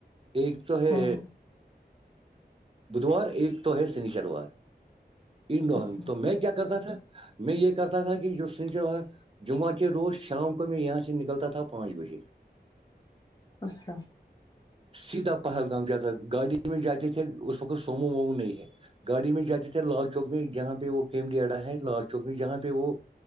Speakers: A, on the right (about 30°); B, on the left (about 20°).
A: ایک تو ہے
B: ہاں
A: بدوار ایک تو ہے سنی شروار ان
B: اچھا
A: تو میں کیا کرتا تھا میں یہ کرتا تھا کہ جو جمعہ کے روز شام کو میں یہاں سے نکلتا تھا س پانچ بجے
B: اچھا
A: سیدھا پہلگام جاتا تھا گاڑی میں جاتے تھے اس وقت سومو وومو نہیں ہے گاڑی میں جاتے تھے لال چوک میں جہاں پہ وہ کیمڈیاڈا ہے لال چوک میں جہاں پہ وہ